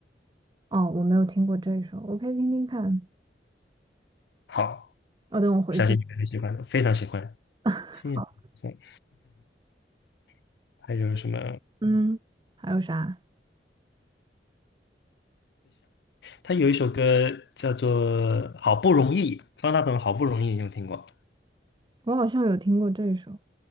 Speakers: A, on the right (about 25°); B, on the left (about 70°).
A: 哦，我没有听过这一首，我可以听听看。
B: 好，
A: 哦，等我回去。
B: 我相信你们很喜欢的，非常喜欢
A: <laughs>
B: 《Sing
A: 好，
B: a Long Song》<laughs> 还有什么？
A: 嗯，还有啥？
B: 他有一首歌叫做《好不容易》，方大同《好不容易》，你有听过？
A: 我好像有听过这一首。